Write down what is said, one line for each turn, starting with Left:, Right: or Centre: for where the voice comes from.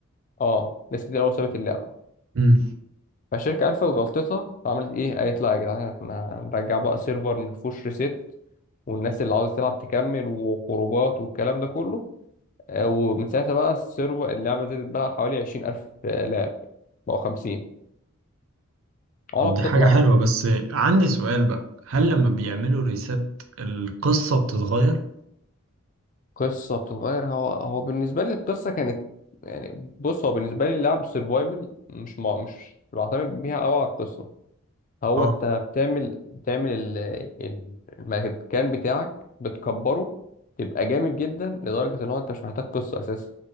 Left: اه ناس كتير أوي سابت اللعبة
Right: امم
Left: فالشركة عرفت غلطتها فعملت ايه قالت لا يا جدعان احنا هنرجع بقى سيرفر مفهوش ريست والناس اللي عاوزة تلعب تكمل وخروجات والكلام ده كله آه، ومن ساعتها بقى السيرفر اللعبة زادت بقى حوالي عشرين ألف لاعب بقوا خمسين علا
Right: طب
Left: بتطلع
Right: دي حاجه حلوه
Left: اهو
Right: بس عندي سؤال بقى هل لما بيعملوا ريسات القصه بتتغير
Left: قصة بتتغير هو هو بالنسبة لي القصة كانت يعني بص هو بالنسبة لي اللعب سرفايفل مش مع مش بعتمد بيها أوي على القصة هو
Right: اه
Left: انت بتعمل بتعمل ال- ال- المكان بتاعك بتكبره تبقى جامد جدا لدرجة ان هو انت مش محتاج قصة اساسا